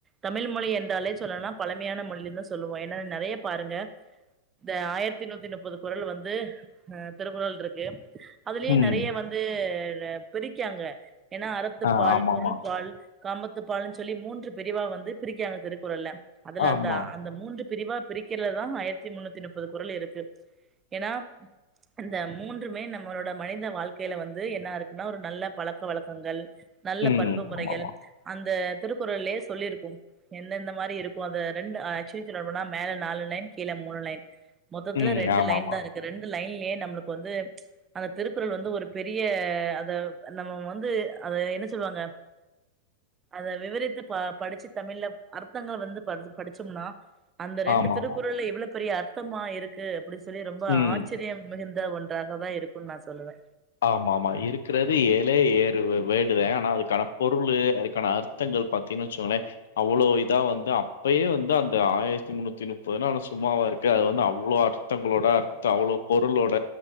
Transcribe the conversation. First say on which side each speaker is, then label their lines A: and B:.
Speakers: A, on the right; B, on the left.
A: தமிழ் மொழி என்றாலே சொல்லலா பழமையான மொழின்தா சொல்லுவோ ஏனா நெறைய பாருங்க இந்த ஆயிரத்தி நூத்தி முப்பது குறல் வந்து அ திருக்குறள் இருக்கு அதுலயே
B: ம்.
A: நெறைய வந்து பிரிக்காங்க ஏன்னா அறத்து
B: ஆ
A: பால்
B: ஆமாமா.
A: பொருள்பால் காமத்து பால்ன்னு சொல்லி மூன்று பிரிவா வந்து பிரிக்காங்க திருக்குறள அதுல
B: ஆமா.
A: அந்த அந்த மூன்று பிரிவா பிரிக்கிறலதா ஆயிரத்தி முன்னூத்தி முப்பது குறள் இருக்கு ஏன்னா அந்த மூன்றுமே நம்மளோட மனித வாழ்க்கையில வந்து என்னா இருக்குன்னா ஒரு நல்ல பழக்க வழக்கங்கள் நல்ல
B: ம்.
A: பண்பு முறைகள்
B: ஆமாமா.
A: அந்த திருக்குறள்லயே சொல்லியிருக்கு எந்தந்த மாரி இருக் ஒ அந்த ரெண்டு ஆக்சுலி சொல்ல போனா மேல நாலு லைன் கீழ மூணு லைன் மொத்தத்துல
B: ம்.
A: ரெண்டு
B: ஆமாமா.
A: லைன் தா இருக் ரெண்டு லைன்லே நம்ளுக்கு வந்து அந்த திருக்குறள் வந்து ஒரு பெரிய அத நம்ம வந்து அத என்ன சொல்லுவாங்க அத விவரித்து ப படிச்சு தமிழ்ல அர்த்தங்கள் வந்து படிச்சம்னா அந்த ரெண்டு
B: ஆமாமா.
A: திருக்குறள்ல இவ்ளோ பெரிய அர்த்தமா இருக் கு அப்டி சொல்லி ரொம்ப
B: ம்.
A: ஆச்சரியம் மிகுந்த ஒன்றாக தா இருக்குன் நா சொல்லுவே
B: ஆமா ஆமா இருக்குறது ஏழே ஏறு வேடுத ஆனா அதுக்கான பொருளு அதுக்கான அர்த் த்தங்கள் பாத்தீங்கன் வெச்சுங்கோங்லே அவ்ளோ இதா வந்து அப்பயே வந்து அந்த ஆயிரத்தி முன்னூத்தி முப்பதுனா சும்மாவா இருக்கு அது வந்து அவ்ளோ அர் த்தங்களோட அத் அவ்ளோ பொருளோட